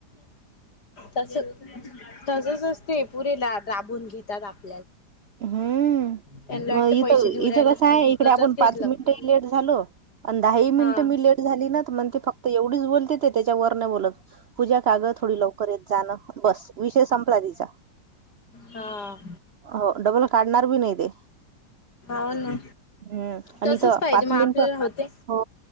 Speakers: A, on the left; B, on the right.
A: तस तसच असते पुरेला राबून घेतात आपल्याला.
B: हम्म
A: त्यांना वाटतं
B: मग
A: पैसे
B: इथं
A: देऊ राहिलं
B: इथं कसं
A: तर काय
B: आहे
A: विकतच
B: इकडे आपण
A: घेतलं
B: पाच मिनिट ह लेट झालो आणि दहा ह
A: हा
B: मिनिटं मी लेट झाली ना मण ते फक्त एवढीच बोलते ते त्याच्यावर नाही बोलत. पूजा कागं थोडी लवकर येत जाणं बस. विषय संपला तिचा....
A: हा
B: हो डबल काढणार बी नाही ते.
A: हो ना
B: हम्म
A: तसच
B: आणि इथे
A: पाहिजे
B: पाच
A: मग
B: मिनिट.
A: आपल्याला होते
B: हो